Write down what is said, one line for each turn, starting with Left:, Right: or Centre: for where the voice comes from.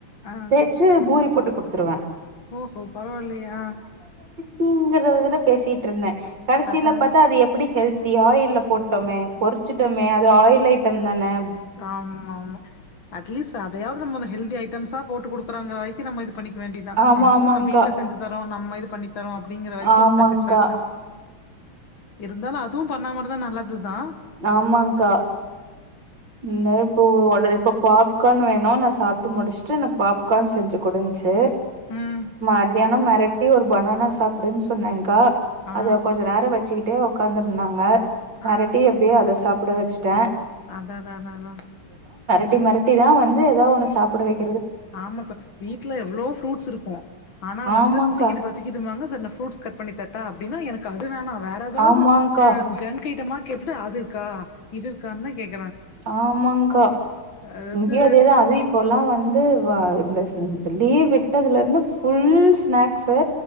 Left: ஆ.
Right: தேய்ச்சு பூரி போட் ட்டு குடுத்துருவ
Left: ஓஹோ பரவாயில்லயே
Right: திங்கறதுல பேசிட்ருந்த கடைசில
Left: அதான்,
Right: பாத்தா
Left: அதான்.
Right: அது எப்படி ஹெல் தி ஆயில்லபோட் டோமே பொறிச்சிட்டமே அது ஆயில் ஐட் டம்தான
Left: ஆமாம்மா அட்லீஸ்ட் அதயாவது நம்ம ஹெல்தி ஐட்டம்ஸா போட்டு குடுக்குறாங்க வரைக்கு நம்ம இது பண்ணிக்க வேண்டியதா
Right: ஆமா
Left: என்னமோ
Right: ஆமாங்க்கா
Left: நம்ம வீட்ல செஞ்சு தரோ நம்ம பண்ணி தரு அப்படிங்ற வரைக்கு
Right: ஆமாங்க்கா
Left: சாட்டிஸ்பக்ஷன் இருந்தாலு அது பண்ணமாரிதா நல்லதுதா
Right: ஆமாங்க்கா இந்த இப்போ உ இப்ப பாப்கார்ன் வேணு நா சாப்ட்டு முடிச்சுட்டு பாப்கார்ன் செஞ்சு குடுஞ்சு
Left: ம்.
Right: மான் மத்யான மெரட்டி ஒரு பனானா சாப்டுன்னு சொன்னேன்கா
Left: ஆ,
Right: அத கொஞ்ச நேர வச்சுக்கிட்டே ஒக்காந்துருந்தாங்க மெரட்டி
Left: ஆ.
Right: எப்டியோ அதை சாப்ட வச்சு ட்டே
Left: அதததததத
Right: ட்டி மெரட்டிதா வந்து எதா ஒன்னு சாப்பிட வைக்
Left: ஆமாப்ப வீட்ல எவ்ளோ ஃப்ரூட்ஸ் இருக்கு ஆனா
Right: ஆமாங்க்கா
Left: வந்து பசிக்கிது பசிக்கிதுவாங்க வாங்க <inaudible> புரூட்ஸ் கட்பண்ணிதர தா அப்டின்னா எனக்கு அது வேணா வேற ஏதாவது
Right: ஆமாங்க்கா
Left: ஆஹ் ஜங்க் ஐட்டமா கேட்டுட்டு அது இர்க்கா இது இர்க்கான்தா கேக்
Right: ஆமாங்க்கா
Left: அது வந்து
Right: இங்கே அதேதா அது இப்போல்லா வந்து வா இந்த <unintelligible> லீவ் விட்டதுலருந்து ஃபுல் ஸ்நாக்சு